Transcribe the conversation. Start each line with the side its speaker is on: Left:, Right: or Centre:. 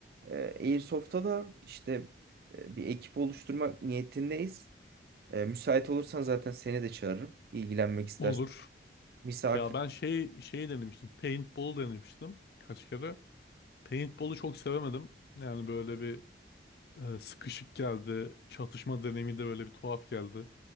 Right: E, Airsoft'ta da işte e, bir ekip oluşturmak niyetindeyiz. E, müsait olursan zaten seni de çağırırım. İlgilenmek istersen.
Left: Olur.
Right: Misafir.
Left: Ya ben şey şey denemiştim. Paintball denemiştim birkaç kere. Paintball'u çok sevemedim. Yani böyle bir e, sıkışık geldi. Çatışma deneyimi de böyle bir tuhaf geldi.